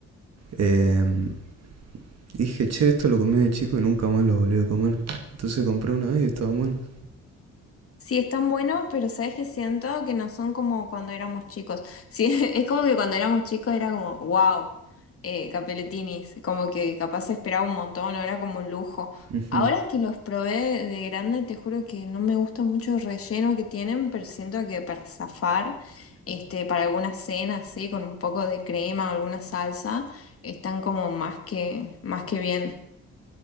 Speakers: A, on the right; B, on the left.
A: Em, Dije, che, esto lo comí de chico y nunca más lo volví a comer. Entonces compré una vez y estaban buenos.
B: Sí, están buenos, pero sabes que siento que no son como cuando éramos chicos. Sí, <laughs> es como que cuando éramos chicos era como, wow, eh, capeletinis, como que capaz se esperaba un montón, no era como un lujo.
A: Ujú.
B: Ahora que los probé de grande, te juro que no me gusta mucho el relleno que tienen, pero siento que para zafar, este, para alguna cena así, con un poco de crema o alguna salsa, están como más que, más que bien.